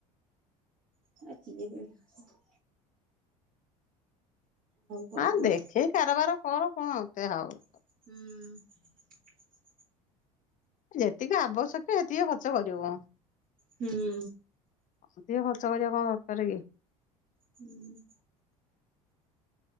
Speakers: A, on the right; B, on the left.
A: <unintelligible> ଆଖି ଜ ବି <unintelligible> କଣ
B: ହଁ
A: କୁହ?
B: ଦେଖେଇ କାରବାର କର କଣତେ ହଉ
A: ହୁଁ।
B: ଯେତିକି ଆବଶ୍ୟକ ସେତିକି ଖର୍ଚ୍ଚ କରିବ।
A: ହୁଁ।
B: ଅଧିକ ଖର୍ଚ୍ଚ କରିବା କଣ ଦରକାର କି?
A: ହୁଁ <inaudible>